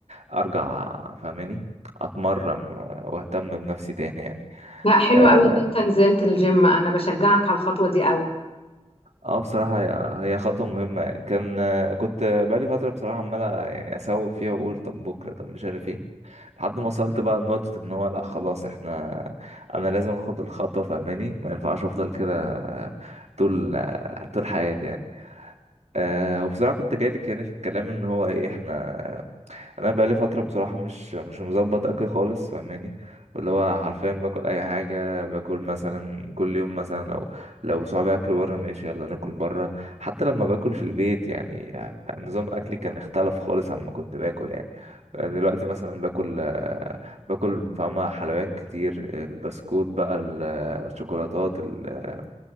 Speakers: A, on the right; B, on the left.
A: آه، ارجع فاهماني اتمرن واهتم بنفسي تاني يعني
B: لا حلو
A: آه،
B: قوي ان انت نزلت الجيم انا بشجعك على الخطوه دي قوي
A: اه بصراحة هي هي خطوة مهمة يعني كان آه، كنت بقالي فترة بصراحة عمال يعني اسوف فيها واقول طب بكرة طب مش عارف ايه لحد ما وصلت بقى لنقطة ان هو لا خلاص احنا انا لازم اخد الخطوة فاهماني ما ينفعش افضل كده آه، طول آه، طول حياتي يعني أه وبصراحة كنت جايلك يعني في الكلام ان هو ايه احنا انا بقالي فتره بصراحه مش مش مظبط اكل خالص فاهماني اللي هو حرفيا باكل اي حاجه باكل مثلا كل يوم مثلا لو لو صحابي اكلوا بره ماشي يلا ناكل بره حتى لما باكل في البيت يعني يعني نظام اكلي كان اختلف خالص عن ما كنت باكل يعني دلوقتي مثلا باكل آه، باكل فاهمة حلويات كتير البسكوت بقى ال- الشوكولاتات ال-